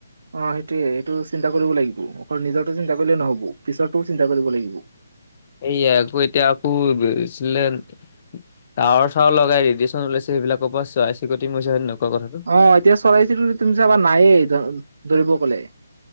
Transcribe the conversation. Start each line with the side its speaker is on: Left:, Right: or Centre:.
Right: অ', সেইটোয়ে সেইটো চিন্তা কৰিব লাগিব, অকল নিজৰটো চিন্তা কৰিলে নহ'ব পিছৰতো চিন্তা কৰিব লাগিব।
Left: এইয়া আকৌ এতিয়া আকৌ, <unintelligible> টাৱৰ চাৱৰ লগাই ৰেডিয়শন উলাইছে সেইবিলাকৰ পৰাই চৰাই চিৰিকতি মৰিছে <unintelligible> কথাটো।
Right: অ', এতিয়া চৰাই চিৰিকতি তুমি চাবা নায়েই ধ-ধৰিব গলে।